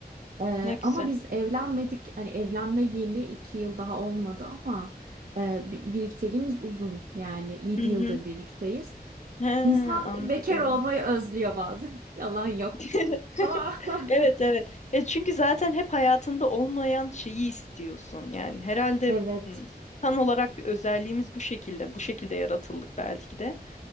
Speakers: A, on the right; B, on the left.
A: Ee,
B: Ne güzel.
A: ama biz evlenmedik. Hani evlenme yeni iki yıl daha olmadı ama e, bi- birlikteliğimiz uzun. Yani yedi
B: Hı hı.
A: yıldır birlikteyiz.
B: He,
A: İnsan
B: anladım.
A: bekar olmayı özlüyor bazen. <laughs> Yalan yok.
B: <laughs>
A: Ama
B: Evet
A: <laughs>
B: evet. E çünkü zaten hep hayatında olmayan şeyi istiyorsun. Yani herhalde
A: evet
B: m, insan olarak bir özelliğimiz bu şekilde. Bu şekilde yaratıldık belki de.